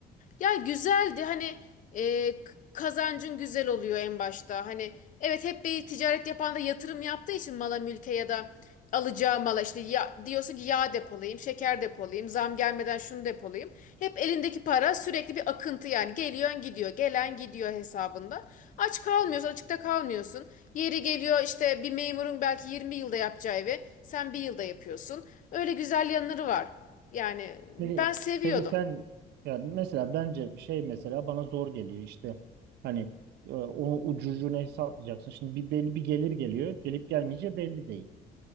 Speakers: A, on the left; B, on the right.
A: Ya güzeldi hani e, k- kazancın güzel oluyor en başta. Hani evet hep bir ticaret yapan da yatırım yaptığı için mala mülke ya da alacağı mala işte ya, diyorsun ki yağ depolayayım, şeker depolayayım, zam gelmeden şunu depolayayım. Hep elindeki para sürekli bir akıntı yani geliyor gidiyor, gelen gidiyor hesabında. Aç kalmıyorsun, açıkta kalmıyorsun. Yeri geliyor işte bir memurun belki 20 yılda yapacağı evi sen bir yılda yapıyorsun. Öyle güzel yanları var. Yani
B: Peki,
A: ben seviyordum.
B: peki sen ya mesela bence şey mesela bana zor geliyor işte hani e, onu ucucuna hesaplayacaksın. Şimdi bir belli bir gelir geliyor. Gelip gelmeyeceği belli değil.